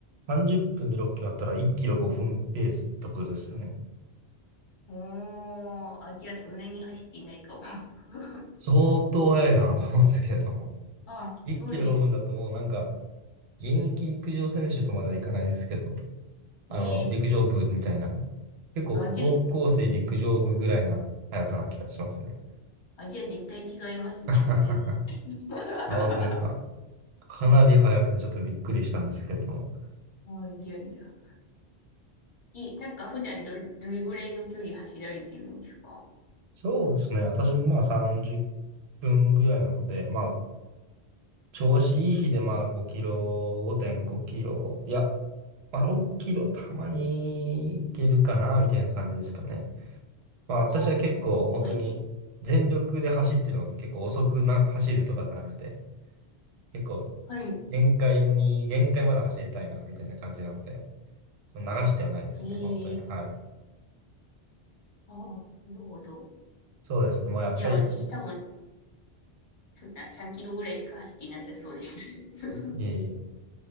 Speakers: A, on the right (about 75°); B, on the left (about 50°).
A: 30分で6キロあったら1キロ5分ペースってことですよね。
B: おー、あ、じゃあそんなに走ってないかも。<laughs>
A: 相当早いかなと思うんですけれども。
B: あ、
A: 1キロ5分だともうなんか、
B: そうなんです。
A: 現役陸上選手とまではいかないですけど、あの、
B: ええ
A: 陸上部みたいな、結構高校生陸上部ぐらいな速さな気がしますね。
B: あ、じゃああ、じゃあ絶対違いますね。
A: <laughs> あ、
B: 失礼。<laughs>
A: 本当ですか。かなり速くてちょっとびっくりしたんですけれども。
B: あ、いやいや。え、なんか普段どれ、どれぐらいの距離走られてるんですか
A: そうですね。私もまあ30分ぐらいなので、まあ、調子いい日でまあ5キロ、5.5キロ、いや、まあ6キロたまにいけるかな、みたいな感じですかね。まあ私は結構本当に全力で走ってるので結構遅くな走るとかじゃなくて、
B: わあ、すごい。
A: 結構
B: はい。
A: 限界に、限界まで走りたいな、みたいな感じなので、その流してはないですね、
B: ええ
A: 本当に。はい。
B: ああ、なるほど。
A: そうですね。まあやっぱり、
B: あ、じゃあ私多分、
A: い
B: そんな3キロぐらいしか走ってなさそうです。<laughs>
A: えいえ